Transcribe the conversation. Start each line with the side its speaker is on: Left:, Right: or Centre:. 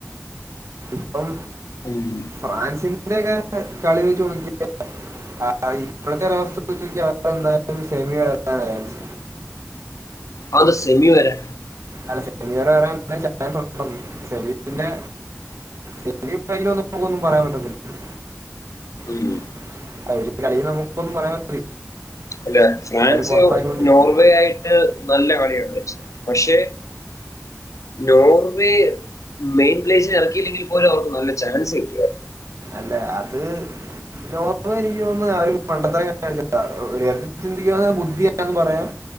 Right: ഇപ്പം
Left: ഉം
Right: ഫ്രാൻസിന്റെക്കെ കളി വെച്ച് നോക്കിയാ ആഹ് ഇപ്പോഴത്തെ ഒരവസ്ഥ വെച്ചോക്കിയാ നാളെ എന്തായാലും സെമി <unintelligible> ചാൻസ്
Left: അഹ് എന്താ സെമി വരെ
Right: അല്ല സെമി വരെ വരാനെ ചാൻസ് <unintelligible> സെമിൻ്റെ സെമിയും <unintelligible> പോവോന്നും പറയാൻ പറ്റിത്തില്ല
Left: ഉം.
Right: അല്ലാ ഒരു കളി നമുക്കൊന്നും പറയാം
Left: അല്ലാ ഫ്രാൻസിയോ
Right: പുറത്തായിക്കൊണ്ടിരിക്കും
Left: നോർവേയായിട്ട് നല്ല കളിയാണ് കളിച്ചത് പക്ഷേ നോർവേ മെയിൻ പ്ലെയേഴ്സിനെ എറക്കിയില്ലെങ്കില് പോലും അവർക്ക് നല്ല ചാൻസ് കിട്ടിയെ
Right: അല്ല അത് നോർവേ എനിക്ക്യ് തോന്ന്ന്നെ അവര് മണ്ടത്തരം കാണിച്ചിട്ടാ ഒ ഒരു കാര്യത്തി ചിന്തി <unintelligible> ബുദ്ധിയല്ലാന്നും പറയാം